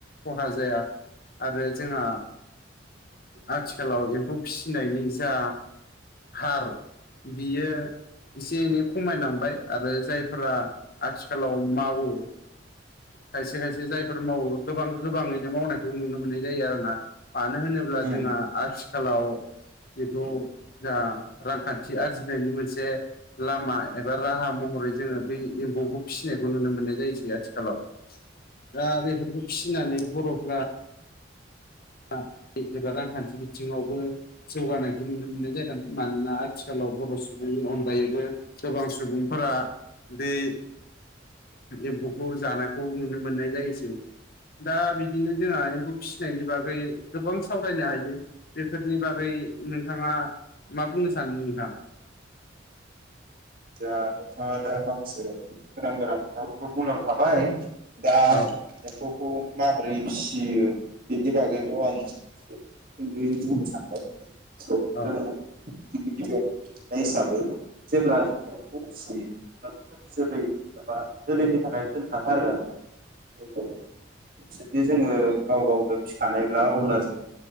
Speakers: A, on the left; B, on the right.
A: खहा जाया आरो जोंहा आथिखालाव एम्फौ फिसिनायनि जा हार बियो एसे एनै खमायलांबाय आरो जायफोरा आथिखालाव मावो। खायसे खायसे जायफोर मावो गोबां गोबाङैनो मावनायखौ नुनो मोननाय जायो आरो ना। मानो होनोब्ला
B: उम
A: जोंहा आथिखालाव बेखौ जा रांखान्थि आरजिनायनि मोनसे लामा एबा राहा महरै जोङो बेै एम्फौखौ फिसिनायखौ नुनो मोननाय जायोसै आथिखालाव। दा बेफोरखौ फिसिनानै बर'फ्रा एबा बिदिबा रांखान्थि बिथिङावबो जौगानायखौ नुनो मोननाय जादों। मानोना आथिखालाव बर' सुबुंनि अनगायैबो गोबां सुबुंफोरा बे एम्फौखौ जानायखौ नुनो मोननाय जायोसै। दा बिदिनो जोंहा एम्फौ फिसिनायनि बागै गोबां सावरायनो हायो बेफोरनि बागै नोंथाङा मा बुंनो सानदों नोंथां?
B: दा नोंथाङानो माखासे गोनां गोनां खोथाफोरखौ बुंलांखाबाय। दा
A: औ
B: एम्फौखौ माबोरै फिसियो बेनि बागैनोथ' आं सुंदयै बुंनो सानबाय। जों
A: औ
B: गिबि गिबियावनो नुनाय हिसाबै जेब्ला एम्फौखौ फिसियो एबा जोलै एबा जोलैनि थाखाय दोनखाथारो आरो ना। जुदि जोङो गाव गावनो फिखानायब्ला अब्ला जों